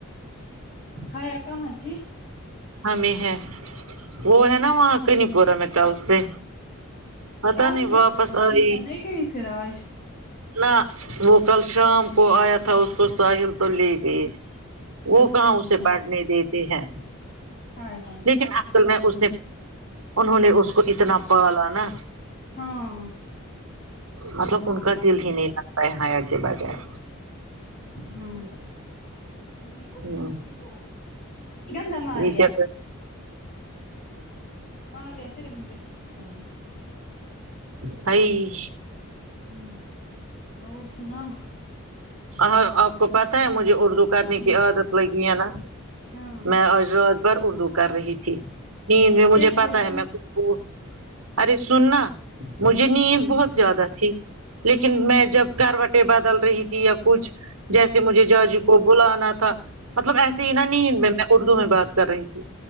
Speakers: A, on the left; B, on the right.
A: حیا کہاں تھی
B: ہمیں ہے وہ ہے نا وہاں کنی پورم میں کل سے پتہ
A: کل
B: نہیں
A: سے
B: واپس
A: وہ ٹیوشن
B: آئی
A: نہیں گئی پھر آج
B: نہ وہ کل شام کو آیا تھا اس کو ساحل تو لے گئی وہ
A: اچھا
B: کہاں اسے
A: ٹھیک
B: پڑھنے
A: ہے
B: دیتے ہے
A: ہائے ہائے
B: لیکن اصل میں اس نے انہوں نے اس کو اتنا پالا نا
A: ہاں
B: مطلب ان کا دل ہی نہیں لگتا ہے حیا کے بغیر
A: ہوں ٹھیک
B: ہ
A: گندا ماریہ
B: یہ کیا
A: معاویہ صرف مجھے ہنستا ہے
B: بھائی
A: ہم اور سناؤں
B: ہ آپ کو پتا ہے مجھے اردو کرنے
A: ہمم
B: کی عادت لگی ہے نا
A: ہاں
B: میں آج رات بھر اردو کر رہی تھی نیند میں
A: کیس
B: مجھے
A: کیسا
B: پتا ہے میں بوٹ ارے سننا مجھے نیند
A: ہمم
B: بہت زیادہ تھی لیکن
A: ہمم
B: میں جب کروٹیں بدل رہی تھی یا کچھ جیسے
A: ہمم
B: مجھے جاجی کو بلانا تھا مطلب ایسے
A: ہمم
B: ہی نا نیند میں میں اردو میں بات کر رہی تھی